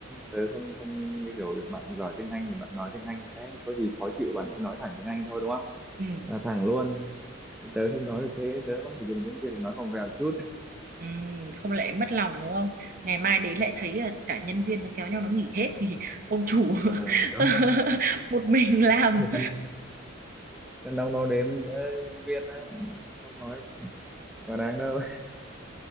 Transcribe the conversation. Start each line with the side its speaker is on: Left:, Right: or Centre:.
Centre: tớ không không như kiểu bạn giỏi tiếng Anh thì bạn nói tiếng Anh thế có gì khó chịu bạn cứ nói thẳng tiếng Anh thôi đúng không
Right: ừ,
Centre: là thẳng luôn tớ không nói được thế tớ vẫn phải dùng tiếng Việt để nói vòng vèo chút
Right: ừ, không lại mất lòng đúng không ngày mai đến lại thấy là cả nhân viên nó kéo nhau nó nghỉ hết thì ông chủ
Centre: ờ đó
Right: <laughs> một mình làm
Centre: phải cân cân đong đo đếm nữa nhân viên á không nói quá đáng đâu